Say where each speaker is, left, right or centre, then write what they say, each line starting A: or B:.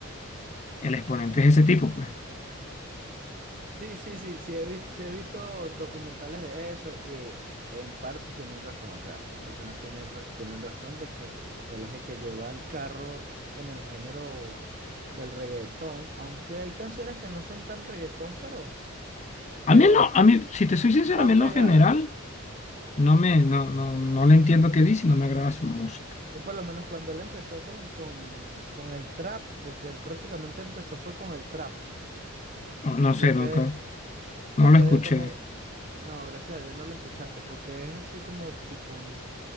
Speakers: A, on the left; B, on the right.
A: el exponente es ese tipo, pues.
B: Sí, sí, sí, sí he visto, sí he visto documentales de eso y en parte tienen razón, o sea, las personas tienen, ra- tienen razón de que el eje que lleva el carro en el género del reggaetón, aunque hay canciones que no son tan reggaetón, pero,
A: A
B: pero
A: mí, en lo-
B: va-
A: a mí, si te soy sincero,
B: van
A: a mí en
B: pegadas.
A: lo general no me, no, no, no le entiendo qué dice y no me agrada su música.
B: Y por lo menos cuando él empezó con, con, con el trap, porque él prácticamente empezó fue con el trap.
A: No, no
B: Yo
A: sé, nunca,
B: quedé, Yo
A: no lo
B: quedé
A: escuché.
B: como, no, gracias a Dios no lo escuchaste, porque es así como tipo un,